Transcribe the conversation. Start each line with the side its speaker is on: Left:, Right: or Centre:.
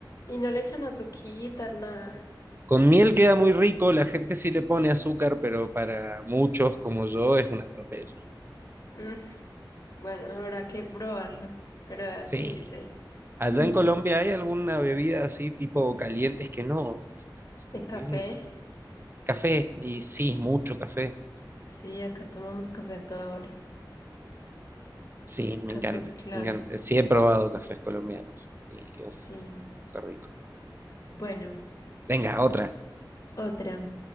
Left: y no le echan azuquita, nada.
Right: Con miel queda muy rico, la gente sí le pone azúcar, pero para muchos como yo es un atropello.
Left: Mm, bueno, habrá que probarlo, pero vea
Right: Sí.
Left: que sí sé. <laughs>
Right: Allá en Colombia hay alguna bebida así tipo caliente, es que no.
Left: ¿El café?
Right: Mm, Café, y sí, mucho café.
Left: Sí, acá tomamos café a toda hora.
Right: Sí,
Left: El
Right: me
Left: café
Right: encanta,
Left: es clave.
Right: me encanta. Sí he probado cafés colombianos. Y uff,
Left: Sí.
Right: qué rico.
Left: Bueno,
Right: Venga, otra.
Left: otra.